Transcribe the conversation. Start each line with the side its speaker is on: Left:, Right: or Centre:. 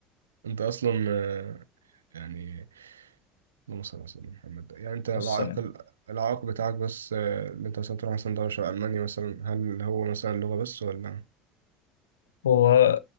Right: أنت أصلا آه، يعني اللهم صل على سيدنا محمد يعني أنت العائق
Left: بس أنا
Right: العائق بتاعك بس آه، اللي أنت مثلا تروح مثلا دولة شبه ألمانيا مثلا هل هو مثلا اللغة بس ولا
Left: هو